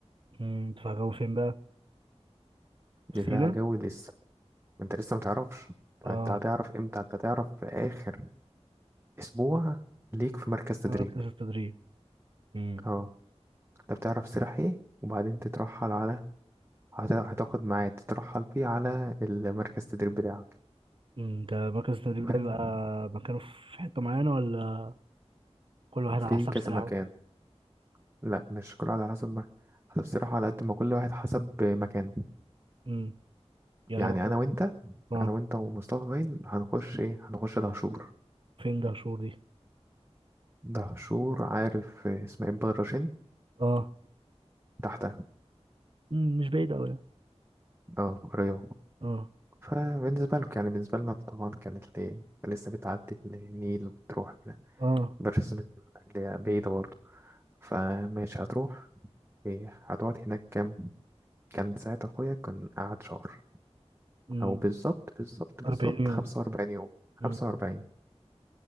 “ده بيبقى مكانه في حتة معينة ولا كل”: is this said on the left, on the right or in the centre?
Right